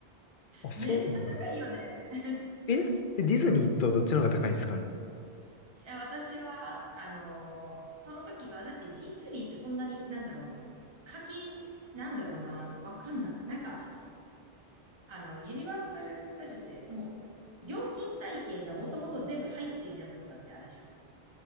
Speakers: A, on the left (about 55°); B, on the right (about 25°).
A: あ、そうね。
B: めっちゃ高いよね。<laughs>
A: え、ディズニーとどっちの方が高いんですかね
B: いや、私は、あのーその時は、だってディズニーってそんなに、なんだろう、課金、なんだろうな、わかんない。なんか、あの、ユニバーサル・スタジオってもう、料金体系がもともと全部入ってるやつとかってあるじゃん。